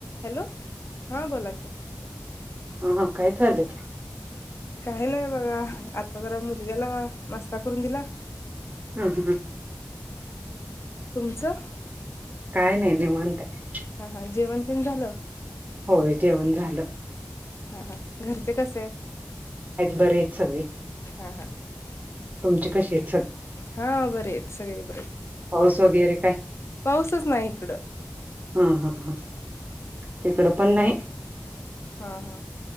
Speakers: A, on the left; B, on the right.
A: Hello हा बोला कि
B: हा काय चाललंय
A: काही नाही बघा आत त मुलग्याला नाश्ता करून दिला
B: हूं हूं!
A: तुमचं?
B: काय नाही निवांत आहे.
A: हा हा जेवण तेन झालं?
B: होय जेवण झालं.
A: हा हा घरचे कसे आहेत?
B: बरे आहेत सगळे.
A: हा हा!
B: तुमचे कशे हे?
A: हा बरे आहेत सगळे बरे आहेत.
B: पाऊस वगैरे
A: पाऊसच नाही हीकडं.
B: हा हा हा तिकडं पण नाही.
A: हा हा